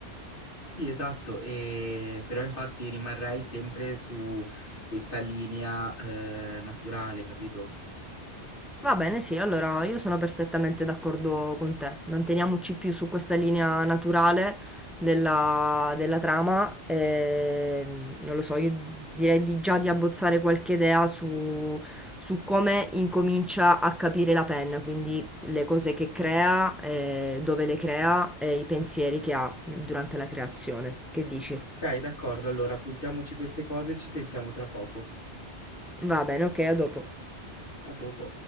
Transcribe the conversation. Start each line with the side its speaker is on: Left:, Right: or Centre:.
Left: Sì, esatto, e- però infatti rimarrei sempre su questa linea eh, naturale, capito?
Centre: Va bene, sì, allora io sono perfettamente d'accordo con te. Manteniamoci più su questa linea naturale della, della trama. e, mm, non lo so, io direi di- già di abbozzare qualche idea su, su come incomincia a capire la penna, quindi le cose che crea, eh, dove le crea e i pensieri che ha durante la creazione. Che dici?
Left: Ok, d'accordo, allora puntiamoci queste cose e ci sentiamo tra poco.
Centre: Va bene, ok, a dopo.
Left: A dopo.